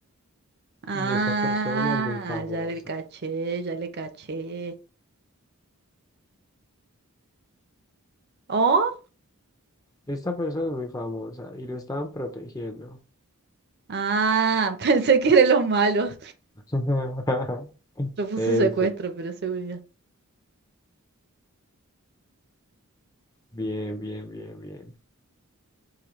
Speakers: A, on the right; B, on the left.
A: Ah,
B: Y esta persona es muy famosa.
A: ya le caché, ya le caché. ¿Oh?
B: Esta persona es muy famosa y lo estaban protegiendo.
A: Ah, <laughs> pensé que eran los malos.
B: <laughs>
A: Yo puse
B: Eso.
A: secuestro, pero es seguridad.
B: Bien, bien, bien, bien.